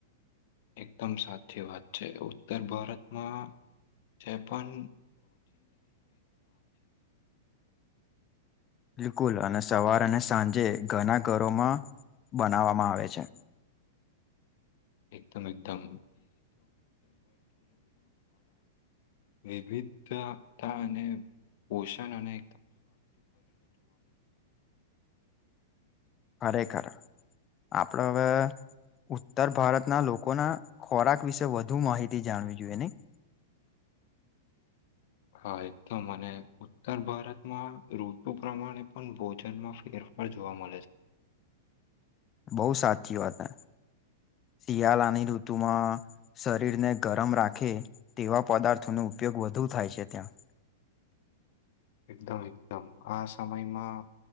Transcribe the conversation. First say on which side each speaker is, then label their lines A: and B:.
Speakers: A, on the left (about 60°); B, on the left (about 30°).
A: એકદમ સાચી વાત છે. ઉત્તર ભારતમાં. જે પન.
B: બિલકુલ અને સવાર અને સાંજે ઘના ઘરોમાં. બનાવામાં આવે છે.
A: એકદમ એકદમ. વિવિધતા અને. પોષણ અને.
B: ખરેખર આપડે હવે. ઉત્તર ભારતના લોકોના ખોરાક વિશે વધુ માહિતી જાણવી જોઈએ નહીં? <inaudible>
A: હા એકદમ અને ઉત્તર ભારતમાં ઋતુ પ્રમાણે પણ ભોજનમાં ફેર ફાર જોવા મલે છે.
B: બહુ સાચી વાત હે. શિયાળાની ઋતુમાં શરીરને ગરમ રાખે તેવા પદાર્થોનું. ઉપયોગ વધુ થાય છે, ત્યાં.
A: એકદમ એકદમ આ સમયમાં.